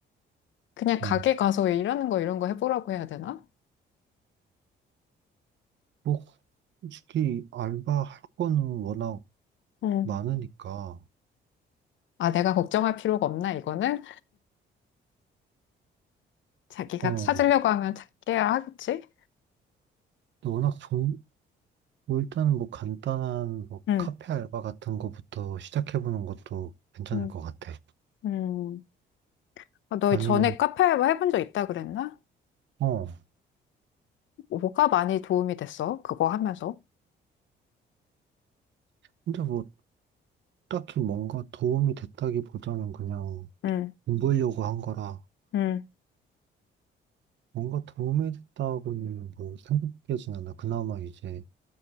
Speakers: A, on the left; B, on the right.
A: 그냥 가게
B: 음,
A: 가서 일하는 거 이런 거 해보라고 해야 되나?
B: 뭐, 솔직히 알바할 거는 워낙
A: 음,
B: 많으니까,
A: 아, 내가 걱정할 필요가 없나, 이거는? 자기가
B: 어,
A: 찾으려고 하면 찾게야 하겠지?
B: 또 워낙 종, 뭐 일단 뭐 간단한 뭐
A: 음.
B: 카페 알바 같은 거부터 시작해보는 것도 괜찮을
A: 음.
B: 것 같아.
A: 음. 아, 너
B: 아니면,
A: 전에 카페 알바 해본 적 있다 그랬나?
B: 어,
A: 뭐가 많이 도움이 됐어? 그거 하면서?
B: 근데 뭐 딱히 뭔가 도움이 됐다기보다는 그냥
A: 응,
B: 돈 벌려고 한 거라,
A: 응,
B: 뭔가 도움이 됐다고는 뭐 생각되진 않아. 그나마 이제